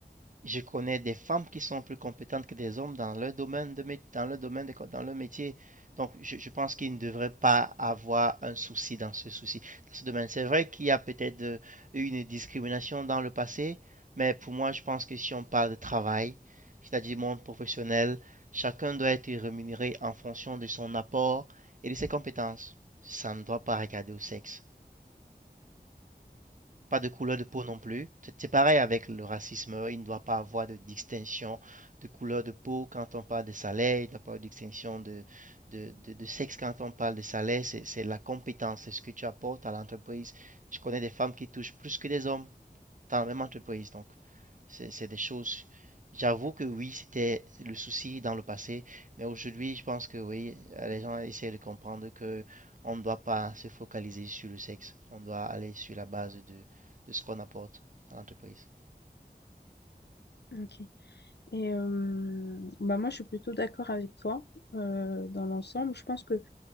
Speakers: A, on the right (about 50°); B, on the left (about 80°).
A: Je connais des femmes qui sont plus compétentes que des hommes dans leur domaine de, mé- dans leur domaine de co- dans leur métier. Donc, je, je pense qu'ils ne devraient pas avoir un souci dans ce souci, dans ce domaine. C'est vrai qu'il y a peut-être euh, eu une discrimination dans le passé, mais pour moi, je pense que si on parle de travail, c'est-à-dire monde professionnel, chacun doit être rémunéré en fonction de son apport et de ses compétences. Ça ne doit pas regarder au sexe pas de couleur de peau non plus. C'est pareil avec le racisme. Il ne doit pas avoir de distinction de couleur de peau quand on parle de salaire. Il ne doit pas avoir de distinction de, de, de- de sexe quand on parle de salaire. c'est la compétence, c'est ce que tu apportes à l'entreprise. Je connais des femmes qui touchent plus que des hommes dans la même entreprise. Donc, c'est des choses. J'avoue que oui, c'était le souci dans le passé, mais aujourd'hui, je pense que oui, euh, les gens essaient de comprendre que on ne doit pas se focaliser sur le sexe. On doit aller sur la base de, de ce qu'on apporte à l'entreprise.
B: Ok. Et euh, bah moi, je suis plutôt d'accord avec toi euh, dans l'ensemble. Je pense que